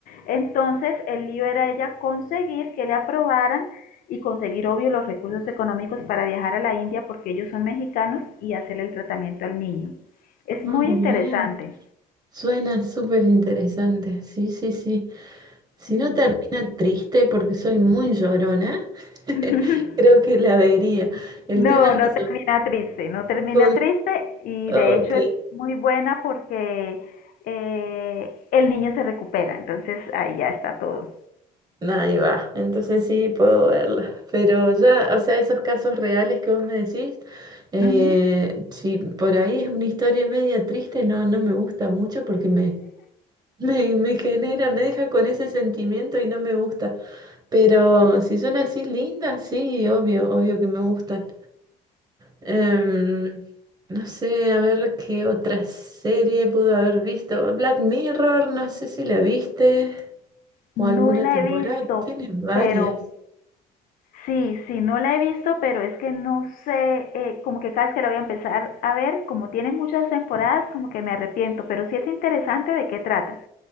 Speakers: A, on the left; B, on the right.
A: Entonces el lío era ella conseguir que le aprobaran y conseguir, obvio, los recursos económicos para viajar a la India porque ellos son mexicanos y hacer el tratamiento al niño. Es
B: Ah,
A: muy
B: bien.
A: interesante.
B: Suena súper interesante. Sí, sí, sí. Si
A: Ujú.
B: no termina triste, porque soy muy llorona, <laughs>
A: <laughs>
B: creo que la vería. El
A: No,
B: tema es
A: no
B: eso.
A: termina triste, no termina
B: Con...
A: triste y
B: Ok,
A: de hecho es muy buena porque eh, el niño se recupera, entonces ahí ya está todo.
B: ahí va. Entonces sí puedo verla. Pero ya, o sea, esos casos reales que vos me decís, eh,
A: Ujú.
B: si por ahí es una historia media triste, no, no me gusta mucho porque me Me, me genera, me deja con ese sentimiento y no me gusta. Pero si son así lindas, sí, obvio, obvio que me gustan. Em, no sé, a ver qué otra serie pudo haber visto. Black Mirror, no sé si la viste
A: No
B: o alguna
A: la
B: temporada.
A: he visto,
B: Tienes varias.
A: pero Sí, sí, no la he visto, pero es que no sé, eh, como que cada vez que la voy a empezar a ver, como tiene muchas temporadas, como que me arrepiento, pero sí es interesante de qué trata.